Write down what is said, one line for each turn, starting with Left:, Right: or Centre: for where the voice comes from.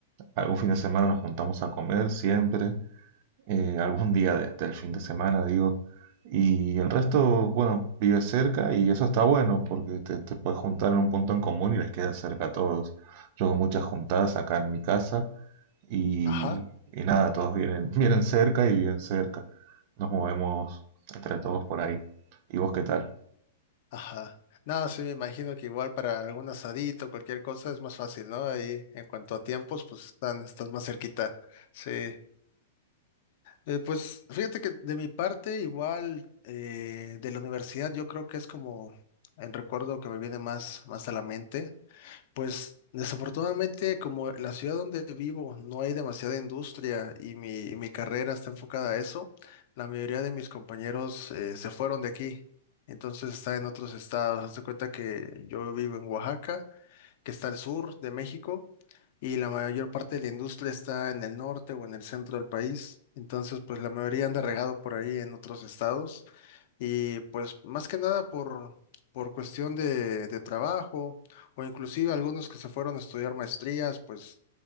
Right: algún fin de semana nos juntamos a comer, siempre eh, algún día de- del fin de semana, digo. Y el resto, bueno, vive cerca y eso está bueno porque te, te puedes juntar en un punto en común y les queda cerca a todos. Yo hago muchas juntadas acá en mi casa y,
Left: Ajá,
Right: y nada, todos vienen, <laughs> vienen cerca y viven cerca. Nos movemos entre todos por ahí. ¿Y vos qué tal?
Left: ajá. No, sí, me imagino que igual para algún asadito, cualquier cosa es más fácil, ¿no? Ahí en cuanto a tiempos, pues están, estás más cerquita. Sí. Eh, pues fíjate que de mi parte, igual eh, de la universidad, yo creo que es como el recuerdo que me viene más, más a la mente. Pues desafortunadamente, como la ciudad donde vivo no hay demasiada industria y mi, y mi carrera está enfocada a eso, la mayoría de mis compañeros eh, se fueron de aquí. Entonces está en otros estados. Haz de cuenta que yo vivo en Oaxaca, que está al sur de México, y la mayor parte de la industria está en el norte o en el centro del país. Entonces, pues la mayoría anda regado por ahí en otros estados. Y pues más que nada por, por cuestión de, de trabajo o inclusive algunos que se fueron a estudiar maestrías, pues